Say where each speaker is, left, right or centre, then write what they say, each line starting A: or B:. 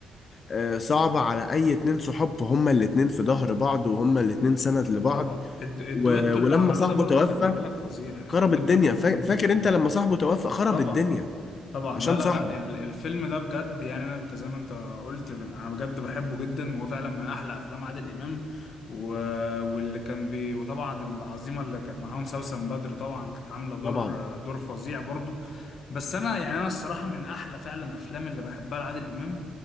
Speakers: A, on the left; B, on the left.
A: آه، صعبة على اي اتنين صحاب فهما الاتنين في ظهر بعض وهما الاتنين سند لبعض
B: طبعا الد- الدويتو
A: و- ولما
B: اللي عملوه
A: صاحبه
B: ده برضو
A: توفى
B: خلي بالك فظيع
A: خرب
B: الدويتو
A: الدنيا
B: اللي هم
A: فا-
B: عملوه ده
A: فاكر
B: فظيع
A: انت لما صاحبه توفى خرب
B: طبعا
A: الدنيا
B: طبعا
A: عشان
B: لا لا
A: صاحبه
B: لا ال- الفيلم ده بجد يعني انا انت زي ما انت قلت من انا بجد بحبه جدا وهو فعلا من احلى افلام عادل امام و... واللي كان بي وطبعا العظيمه اللي كانت معاهم سوسن بدر طبعا كانت عامله دور
A: طبعا
B: دور فظيع برضو بس انا يعني انا الصراحه من احلى فعلا افلام اللي بحبها لعادل امام